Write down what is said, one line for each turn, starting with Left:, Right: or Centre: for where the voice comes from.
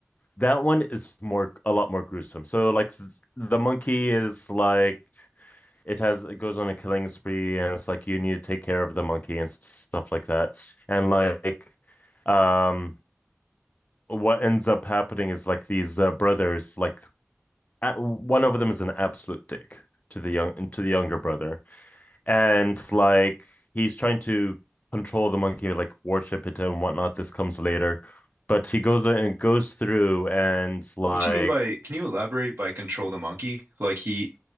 Left: that one is more a lot more gruesome. So like th- the monkey is like it has it goes on a killing spree, and it's like you need to take care of the monkey and s- stuff like that, and like um. What ends up happening is like these uh, brothers, like a- one of them is an absolute dick to the young to the younger brother, and like he's trying to control the monkey, like worship it and whatnot. This comes later, but he goes and goes through and like
Right: What do you mean by, can you elaborate by control the monkey? Like he,